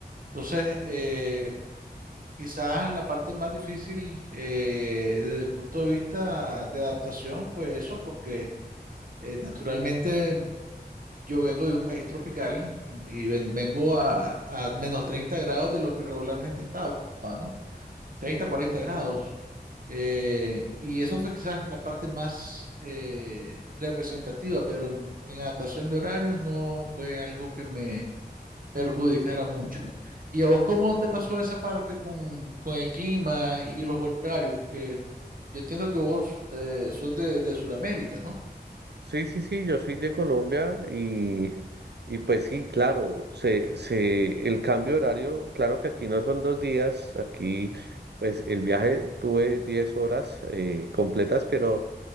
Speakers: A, on the right; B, on the right.
A: Entonces, eh, quizás la parte más difícil eh, desde el punto de vista de adaptación fue eso, porque eh, naturalmente, yo vengo de un país tropical y ven- vengo a, a menos 30 grados de lo que regularmente estaba, ¿no? treinta cuarenta grados. Eh, y eso fue quizás la parte más eh, representativa, pero en, en adaptación de horarios no fue algo que me perjudicara mucho. ¿Y a vos cómo te pasó esa parte con, con el clima y los horarios? Porque yo entiendo que vos eh, sos de, de Sudamérica,
B: Sí, sí, sí, yo soy de Colombia y, y pues sí, claro, se, se, el cambio de horario, claro que aquí no son dos días, aquí pues el viaje tuve 10 horas eh, completas, pero